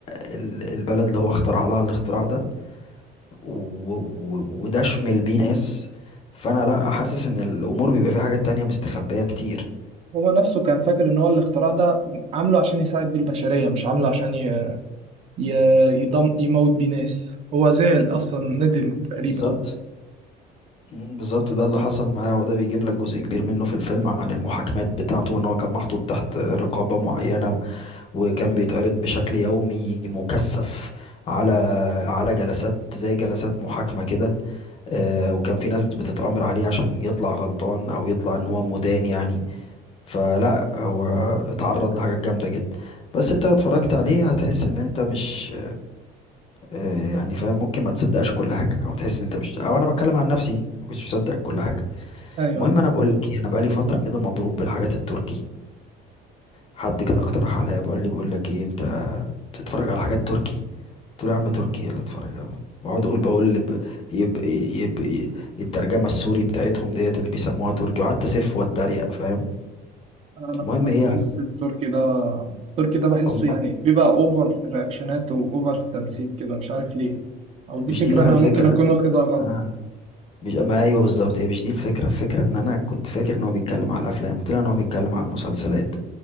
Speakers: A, on the left; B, on the right.
A: ال- البلد اللي هو اخترع لها الاختراع ده و- و- وده شمل بيه ناس فانا لا حاسس ان الامور بيبقى فيها حاجات تانية مستخبية كتير
B: هو نفسه كان فاكر ان هو الاختراع ده عامله عشان يساعد بيه البشريه مش عامله عشان ي... ي- يضم يموت بيه ناس هو زعل أصلا ندم تقريبا
A: بالظبط مم، بالظبط ده اللي حصل معاه وده بيجيب لك جزء كبير منه في الفيلم عن المحاكمات بتاعته ان هو كان محطوط تحت رقابة معينة و- وكان بيتعرض بشكل يومي مكثف على على جلسات زي جلسات محاكمة كده آه، وكان في ناس بتتأمر عليه عشان يطلع غلطان او يطلع ان هو مدان يعني فلا هو اتعرض لحاجات جامدة جدا بس انت لو اتفرجت عليه هتحس ان انت مش آه، يعني فاهم ممكن ما تصدقش كل حاجة او تحس ان انت مش او انا بتكلم عن نفسي ما كنتش مصدق كل حاجة
B: ايوه
A: المهم انا بقول لك ايه انا بقالي فتره كده مضروب بالحاجات التركي حد كده اقترح عليا بقول لي بقول لك ايه انت بتتفرج على حاجات تركي قلت له يا عم تركي إيه اللي اتفرج عليها واقعد اقول بقول ب- يب... يب... يب... الترجمه السوري بتاعتهم ديت اللي بيسموها تركي وقعدت اسف واتريق فاهم
B: انا
A: المهم
B: فعلا
A: ايه
B: بحس التركي ده التركي ده بحسه
A: أم-
B: يعني بيبقى اوفر في الرياكشنات واوفر في التمثيل كده مش عارف ليه او دي
A: مش
B: فكره
A: دي بقى
B: انا
A: الفكره
B: ممكن اكون واخدها غلط
A: آه. مش ما ايوه بالظبط هي مش دي الفكره الفكره ان انا كنت فاكر ان هو بيتكلم على الافلام وطلع ان هو بيتكلم على المسلسلات